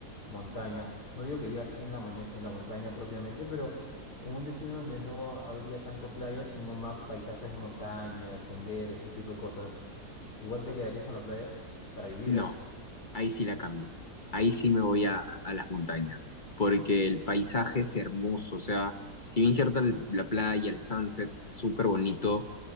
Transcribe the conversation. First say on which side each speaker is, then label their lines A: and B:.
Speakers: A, on the left; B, on the left.
A: montaña, no digo que vivas en la, moña- en la montaña propiamente, pero en un destino donde no habría tanto playa, sino más paisajes de montaña, senderos, ese tipo de cosas, igual te quedarías con la playa para vivir,
B: no,
A: ¿ah?
B: ahí sí la cambio, ahí sí me voy a, a las montañas, porque el paisaje es hermoso, o sea, si bien cierta la playa, el sunset es súper bonito,